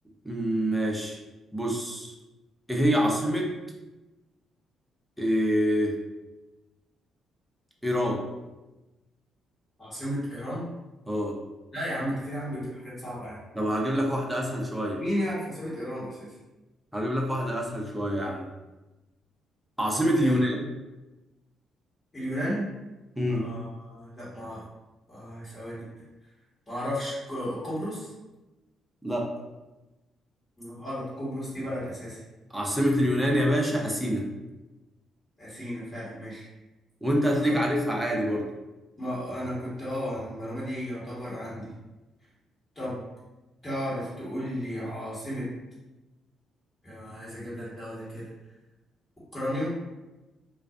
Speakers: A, in the centre; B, on the left.
A: مم، ماشي بص ايه هي عاصمة إيه... ايران
B: عاصمة ايران
A: اه
B: لا يا عم انت كده يا عم بتجيب حاجات صعبة يا عم
A: طب هجيب لك واحدة أسهل شوية
B: مين يعرف عاصمة ايران اساسا
A: هجيب لك واحدة أسهل شوية يعني عاصمة اليونان
B: ماشي اليونان
A: امم
B: آه لا ما ما ثواني ما اعرفش ك- قبرص
A: لا
B: غلط قبرص دي بلد اساسا
A: عاصمة اليونان يا باشا أثينا
B: سينا فعلا ماشي
A: وأنت هتلاقيك
B: طب
A: عارفها عادي برضو
B: ما انا كنت اه انا المعلومه دي يعتبر عندي طب تعرف تقول لي عاصمه آه، عايز اجيب لك دوله كده اوكرانيا